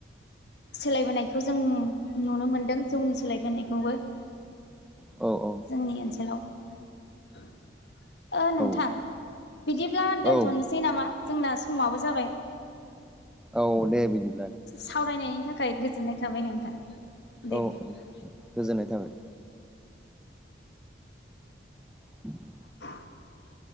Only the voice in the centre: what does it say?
औ औ
औ
औ
औ दे बिदि <inaudible>
औ औ
गोजोननाय थाबाय उम